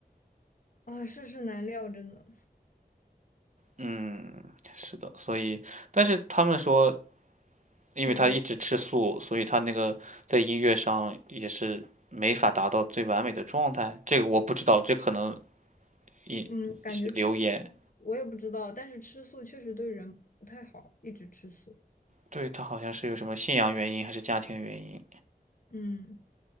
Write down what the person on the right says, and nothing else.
嗯，是的，所以。但是他们说因为他一直吃素，
所以他那个在音乐上也是没法达到最完美的状态。这个我不知道，这可能一是流言。
对，他好像是有什么信仰原因还是家庭原因。